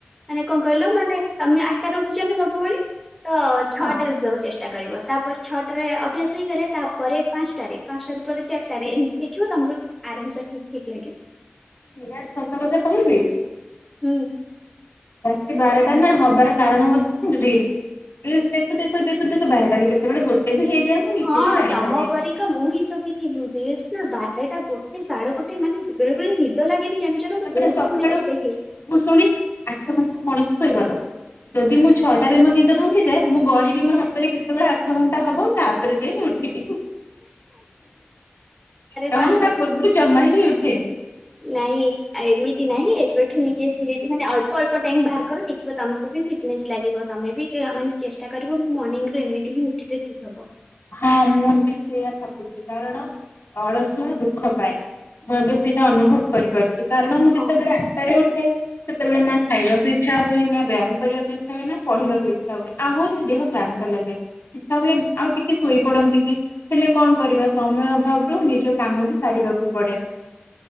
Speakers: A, in the centre; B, on the left (about 85°).
A: ମାନେ କଣ କହିଲ ମାନେ ତମେ ଆଠଟା ରେ ଉଠିଛ ନା ସବୁବେଳେ। ତ ଛଅଟା
B: ହଁ
A: ରେ ଉଠିବାକୁ ଚେଷ୍ଟା କରିବ ତାପରେ ଛଅଟାରେ ଅଭ୍ୟାସ ସେଇ ଗଲେ ତାପରେ ପାଞ୍ଚଟାରେ ପାଞ୍ଚଟା ପରେ ଚାରିଟାରେ ଏମିତି ଦେଖିବ ତମକୁ ଆରାମ ସେ ଠିକ୍ ଲାଗିବ।
B: ବିରାଟ ସତ କଥା କହିବି
A: ହୁଁ।
B: ରାତି ବାରଟା ନା ହବାର କାରଣ ହଉଛି ରି ରିଲସ୍ ଦେଖୁ ଦେଖୁ ଦେଖୁ ଦେଖୁ ବାରଟାରୁ କେତେବେଳେ ଗୋଟେ ବି ହେଇଯାଏ ମୁଁ ନିଜେ
A: ହଁ
B: ବି ଜାଣିପାରେନି।
A: ତମ ପରିକା ମୁଁ ହିଁ ତ ବି ଥିଲି ରି ନା ବାରଟା ଗୋଟେ ସାଢେ଼ଗୋଟେ ମାନେ ବେଳେ ବେଳେ ନିଦ ଲାଗେନି ଜାଣିଚ ନା ମୁଁ
B: ତାପରେ
A: ବହୁତ୍
B: ସକାଳୁ
A: ଟାଇମ୍ ରିଲସ୍ ଦେଖେ।
B: ମୁଁ ଶୁଣିଚି ଆଠ ଘଣ୍ଟା ମଣିଷ ଶୋଇବା କଥା ଯଦି ମୁଁ ଛଅଟାରେ ମୋ ନିଦ‌ ଭାଙ୍ଗେ ଯେ ମୁଁ ଗଣିବି ମୋ ହାତରେ କେତେବେଳେ ଆଠ ଘଣ୍ଟା ହବ ତାପରେ ଯାଇ ମୁଁ ଉଠିବି।
A: ଆରେ
B: ନହେଲେ
A: ବା
B: ତା ପୂର୍ବରୁ ଜମା ବି ଉଠ
A: ନାଇଁ ଏମିତି ନାହିଁ ଏବେଠୁ ନିଜେ ଧୀରେ ମାନେ ଅଳ୍ପ ଅଳ୍ପ ଟାଇମ୍ ବାହାର କର ଦେଖିବ ତମକୁ ଫିଟନେସ୍ ଲାଗିବ ତମେ ବି ମାନେ ଚେଷ୍ଟା କରିବ ମୁଁ ମର୍ନିଙ୍ଗ୍ ରୁ ଏମିତି ହିଁ ଉଠିଲେ ଠିକ୍ ହବ।
B: ହଁ ମୁଁ ବି ସେଇୟା ଭାବୁଛି କାରଣ ଅଳସୁ ଆ ଦୁଃଖ ପାଏ ମୁଁ ଏବେ ସେଇଟା ଅନୁଭବ
A: ହଁ।
B: କରିପାରୁଛି କାରଣ ମୁଁ
A: ହଉ
B: ଯେତେବେଳେ ଆଠଟା ରେ ଉଠେ ସେତେବେଳେ ନା ଖାଇବାକୁ ଇଚ୍ଛା ହୁଏ ନା ବ୍ୟାୟାମ କରିବାକୁ ଇଚ୍ଛା ହୁଏ ନା ପଢିବାକୁ ଇଛା ହୁଏ‌ ଆହୁରି ଦେହ ପା କ୍ଳାନ୍ତ ଲାଗେ ଇଚ୍ଛା ହୁଏ ଆଉ ଟି କେ ଶୋଇପଡନ୍ତି କି ହେଲେ କଣ କରିବା ସମୟ ଅଭାବରୁ ନିଜ କାମ ବି ସାରିବାକୁ ପଡ଼େ। <inaudible>